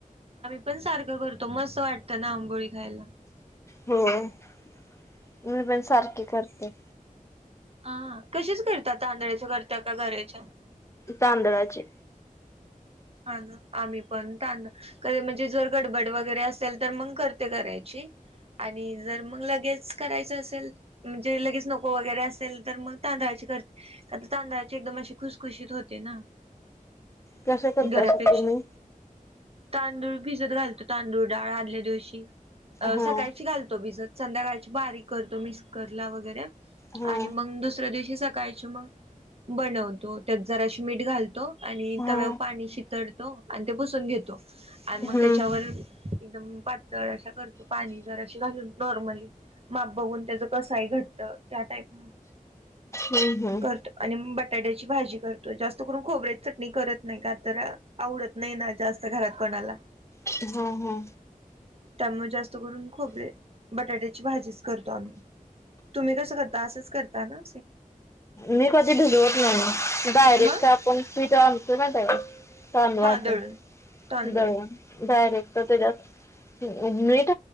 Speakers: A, on the right (about 45°); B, on the left (about 20°).
A: आम्ही पण सारख करतो मस्त वाटतं ना आंबोळी खायला.
B: हो मी पण सारखी करते.
A: हा कशाच करतात तांदळाच्या करता का रव्याच्या
B: तांदळाचे
A: हा ना आम्ही पण त म्हणजे जर गडबड वैगेरे आसले तर मग करते रव्याची आणि जर मग लगेच कराच्या असेल म्हणजे लगेच नको वगैरे असं केल तर मग तांदळाची करते तांदळाची एकदम अशी खुसखुशीत होते ना
B: कसं करता
A: गऱ्यापेक्षा.
B: असं तुम्ही?
A: तांदूळ भिजत घालतो तांदूळ डाळ आदल्या दिवशी अ
B: हा
A: सकाळची घालतो भिजत संध्याकाळची बारीक करतो मिक्स करला वगैरे
B: हा
A: आणि मग दुसऱ्या दिवशी सकाळचे मग बनवतो त्यात जराशी मीठ घालतो आणि
B: हा
A: तव्या चितडतो पुसून घेतो आणि मग
B: हम्म
A: त्याच्यावर एकदम पातळ अशा करतो पाणी जराशी घालून नॉर्मली माप बघून त्याच कसं आहे घट त्या टीइप
B: हम्म हम्म
A: करतो आणि मट बटाट्याची भाजी करतोय जास्त करून खोबऱ्याची चटणी करत नाही का तर आवडत नाही ना जास्त घरात कोणाला
B: हा हा
A: त्यामुळे जास्त करून खोबरे बटाट्याची भाजीच करतो आम्ही तुम्ही कसं करता असंच करता ना?
B: मी कधी भिजवत नाही डायरेक्ट
A: मग
B: आपण पीठ आणतो ना माहित आहे काय चांगल
A: हा दळून
B: होय
A: तांदळात
B: जाऊया डायरेक्ट त्याच्यात मीठ